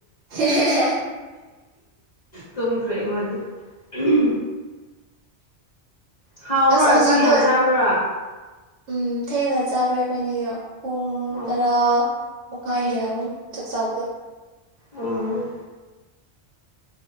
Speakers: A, on the right; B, on the left.
A: ꯍꯦꯍꯦꯍꯦꯍꯦ
B: ꯇꯨꯝꯈ꯭ꯔꯦ ꯑꯃꯗꯤ ꯎꯍꯨꯝ꯫ ꯍꯥꯎꯕ꯭ꯔꯥ
A: ꯑꯁ ꯍꯧꯖꯤꯛꯇꯣ
B: ꯆꯥꯛ ꯌꯥꯝ ꯆꯥꯕ꯭ꯔꯥ?
A: ꯎꯝ ꯊꯦꯡꯅ ꯆꯥꯈ꯭ꯔꯦ ꯑꯩꯈꯣꯏꯅꯤꯗꯣ꯫ ꯄꯨꯡ
B: ꯑꯣ
A: ꯇꯔꯥ ꯃꯈꯥꯏ ꯍꯦꯜꯂꯝꯒꯅꯤ ꯆꯥꯛ ꯆꯥꯕꯗꯣ꯫
B: ꯎꯝ